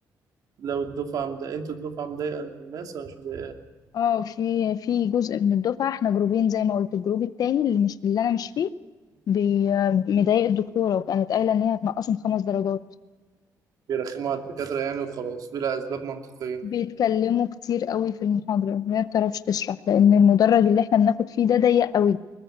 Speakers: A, on the right; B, on the left.
A: لو الدفعة مضايقة انتوا الدفعة مضايقة الناس ولا مش مضايقاها
B: اه في في جزء من الدفعة احنا جروبين زي ما قلت الجروب التاني اللي مش اللي انا مش فيه بي- مضايق الدكتورة وكانت قايلة ان هي هتنقصهم خمس درجات
A: بيرخموا على الدكاترة يعني وخلاص بلا أسباب منطقية
B: بيتكلموا كتير قوي في المحاضرة وهي ما بتعرفش تشرح لان المدرج اللي احنا بناخد فيه ده ضيق قوي